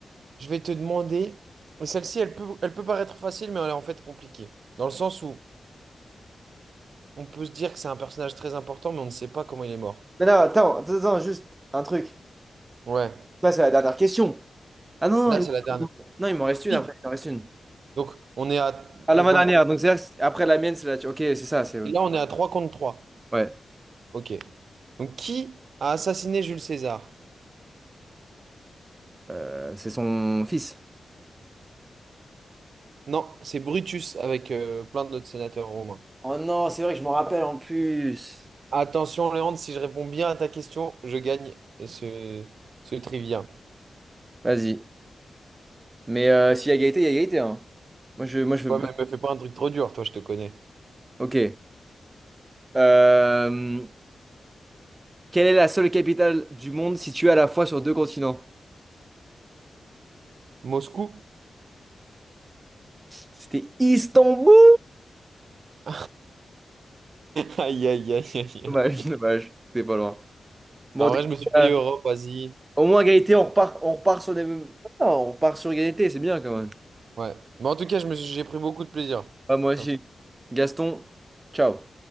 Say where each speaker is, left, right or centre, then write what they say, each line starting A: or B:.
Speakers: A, on the right; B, on the right.
A: je vais te demander, et celle-ci elle peut elle peut paraître facile mais elle est en fait compliquée dans le sens où on peut se dire que c'est un personnage très important mais on ne sait pas comment il est mort.
B: Non, non, attends, attends, attends, juste un truc.
A: Ouais.
B: Là, c'est la dernière question. Ah non,
A: Là
B: non, il,
A: c'est
B: m-
A: la dernière.
B: non, il m'en reste une
A: Qui
B: après. Il m'en reste une.
A: Donc on est à
B: Ah,
A: donc
B: l'avant-dernière.
A: on est-
B: Donc, c'est- après la mienne, c'est la. Ok, c'est ça. c'est...
A: et là on est à 3 contre 3.
B: Ouais.
A: OK. Donc qui a assassiné Jules César?
B: Euh, c'est son fils.
A: Non, c'est Brutus avec euh, plein d'autres sénateurs romains.
B: Oh non, c'est vrai que je m'en rappelle en plus.
A: Attention, Léandre, si je réponds bien à ta question, je gagne ce, ce trivia.
B: Vas-y. Mais euh, s'il y a égalité, il y a égalité, hein. Moi, je, moi, je veux.
A: Ouais,
B: pas-
A: mais me fais pas un truc trop dur, toi, je te connais.
B: Ok. Euh, quelle est la seule capitale du monde située à la fois sur deux continents?
A: Moscou?
B: C'était Istanbul.
A: <laughs> Aïe, aïe, aïe, aïe,
B: Dommage,
A: aïe.
B: <laughs> dommage. T'es pas loin. Bon,
A: En
B: en tout
A: vrai, je me suis
B: cas,
A: dit Europe,
B: euh,
A: Asie.
B: au moins égalité, on repart, on repart sur des mêmes. Non, on repart sur égalité, c'est bien quand même.
A: Ouais. Mais en tout cas, je me suis- j'ai pris beaucoup de plaisir.
B: Ah, moi
A: Ça-
B: aussi.
A: me-
B: Gaston, ciao.